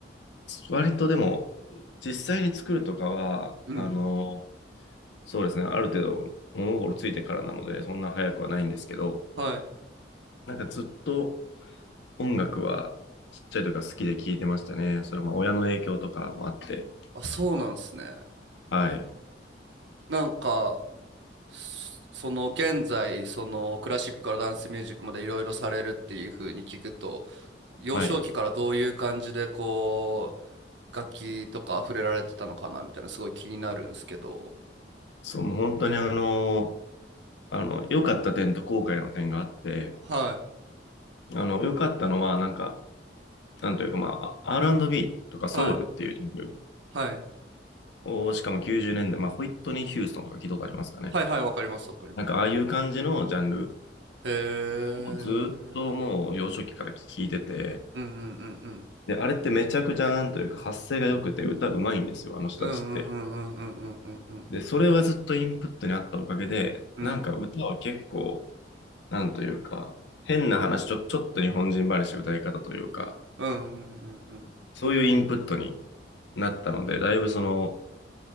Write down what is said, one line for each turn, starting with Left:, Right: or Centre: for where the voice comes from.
Left: 割とでも、実際に作るとかは、
Right: うん。
Left: あの、そうですね、ある程度物心ついてからなので、そんな早くはないんですけど、
Right: はい。
Left: なんかずっと音楽はちっちゃい時から好きで聴いてましたね。それはまあ親の影響とかもあって、
Right: あ、そうなんですね。
Left: はい。
Right: なんか、そその現在、そのクラシックからダンスミュージックまでいろいろされるっていう風に聞くと、幼少期からどういう感じでこう、
Left: はい。
Right: 楽器とか触れられてたのかなみたいな、すごい気になるんですけど。
Left: そう、もう本当にあの、あの、良かった点と後悔の点があって、
Right: はい。
Left: あの、良かったのは、なんか、なんというか、まあ、R&B とかソウルっていうジャンル
Right: はい。はい。
Left: を、しかも90年代、まあ、ホイットニー・ヒューストンとか聞いたことありますかね。
Right: はいはい、わかります、わかります。
Left: なんか、ああいう感じのジャンル
Right: へえ。
Left: をずっともう幼少期から聞いてて、
Right: うんうんうんうん
Left: で、あれってめちゃくちゃなんというか、発声が良くて歌うまいんですよ、あの人たちって。
Right: うんうんうんうんうんうん
Left: で、それがずっとインプットにあったおかげで、
Right: うん
Left: なんか歌は結構、なんというか、変な話、ちょ、ちょっと日本人話歌い方というか、
Right: うんうんうんうんうん
Left: そういうインプットになったので、だいぶその